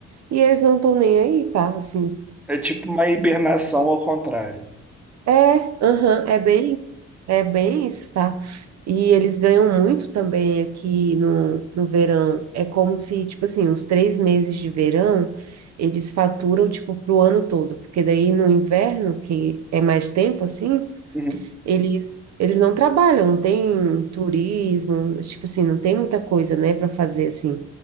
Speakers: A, on the right (about 60°); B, in the centre.
A: E eles não estão nem aí, tá? Assim.
B: É tipo uma hibernação ao contrário.
A: É, aham, é bem, é bem isso, tá? E eles ganham muito também aqui no, no verão. É como se, tipo assim, os três meses de verão, eles faturam, tipo, pro ano todo. Porque daí no inverno, que é mais tempo, assim,
B: Uhum.
A: eles, eles não trabalham, não tem turismo, tipo assim, não tem muita coisa, né, para fazer, assim.